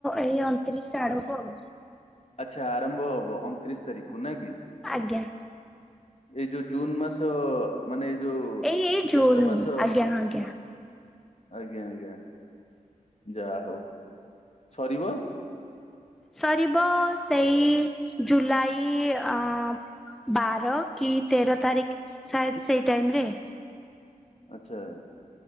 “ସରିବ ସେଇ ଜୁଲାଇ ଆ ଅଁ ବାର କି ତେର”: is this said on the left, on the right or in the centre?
Centre